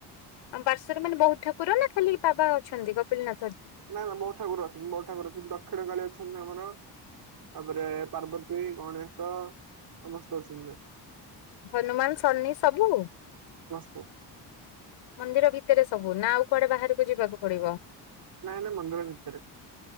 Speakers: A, on the left; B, on the right.
A: ଆମ ପାର୍ଶ୍ଵରେ ମାନେ ବହୁତ ଠା କର, ନା ଖାଲି ବାବା ଅଛନ୍ତି, ନା କପିଲନା
B: ନାଇଁ ନା ବୋଉ ଠାର ଅଛନ୍ତି, ବୋଉ ଠାର ଅଛନ୍ତି ଦକ୍ଷିଣ କାଳି ଅଛନ୍ତି ଆମର। ତାପରେ ପାର୍ବତୀ ଗଣେଶ ସମସ୍ତେ ଅଛନ୍ତି।
A: ହନୁମାନ, ଶନି ସବୁ।
B: ହ <unintelligible>
A: ମନ୍ଦିର ଭିତରେ ସବୁ ନା ଆଉ କୁଆଡେ ବାହାରକୁ ଯିବାକୁ ପଡିବ।
B: ନାଇଁ ନାଇଁ ମନ୍ଦିର ଭିତରେ